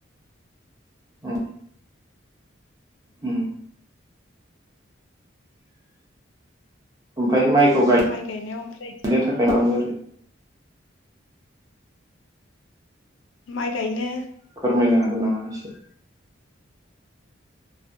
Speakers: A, on the right (about 15°); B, on the left (about 75°).
A: ओम ओम। ओमफाय माइ। खौ गाय-नो
B: माइ गायनायाव ओमफ्राय
A: थाखाय मो।
B: माइ गायनो
A: फोरमायनो हागोन नामा एस? <inaudible>